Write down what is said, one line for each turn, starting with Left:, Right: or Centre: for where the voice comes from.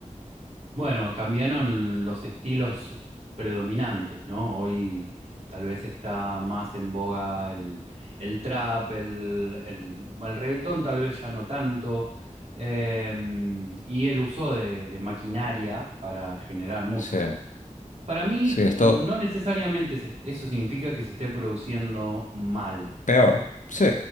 Right: Bueno, cambiaron los estilos predominantes, ¿no? Hoy tal vez está más en boga el, el trap, el, el, bueno, el reggaetón tal vez ya no tanto, eh, y el uso de, de maquinaria para generar música.
Left: Sí,
Right: Para mí,
Left: sí, esto
Right: no necesariamente se- eso significa que se esté produciendo mal.
Left: peor. Sí,